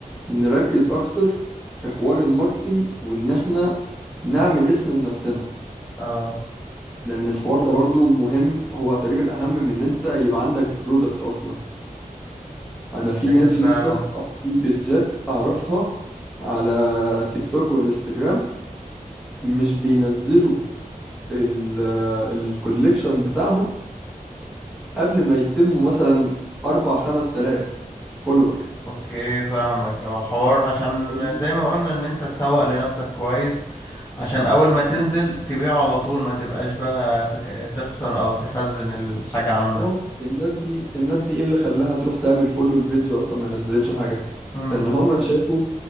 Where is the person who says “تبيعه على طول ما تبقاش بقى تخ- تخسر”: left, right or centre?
Left